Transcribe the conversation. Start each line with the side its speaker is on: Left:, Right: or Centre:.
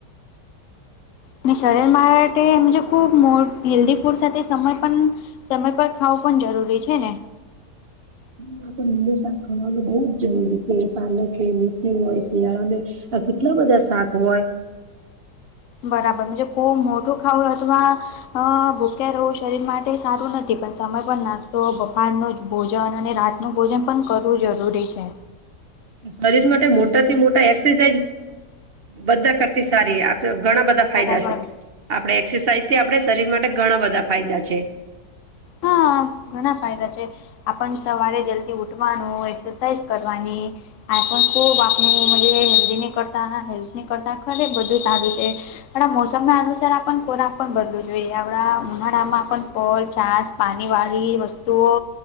Left: અને શરીર મા માટે મુજ ખૂબ મો હેલ્ધી ફૂડ સાથે સમય પણ, સમય પર ખાવું પણ જરૂરી છે ને.
Right: માં તો શાક ખાવાનું બહુ જ છે એ સાલે. કે મેથી હોય, શિયાળા મેઆ કેટલા બધા શાક હોય.
Left: બરાબર જપો મોટું ખાવ અથવા અં ભૂખ્યા રેવું શરીર માટે સારું નથી પણ સમય પર નાસ્તો બફાર નોજ ભોજન અને રાતનું ભોજન પન કરવું જરૂરી છે.
Right: શરીર માટે મોટાથી મોટા એક્સસાઇજ બધા કરતી સારી. ઘણા બધા ફાયદા
Left: બરાબર
Right: સે, આપળે એક્સસાઇ થી આપડે શરીર માટે ઘણા બધા ફાયદા છે.
Left: હા ઘણા ફાયદા છે, આપન સવારે જલ્દી ઉઠ વાનુ એકસસાઈસ કરવાની. હું કરતાં હેલ્થની કરતાં ખરે બધું સારું હે. પણ મોસમ માં અનુસાર આપન ખોરાક પણ બદલું જોઈએ આવળા ઉનાળામાં પન ફલ છાસ. પાની વાલી વસ્તુઓ,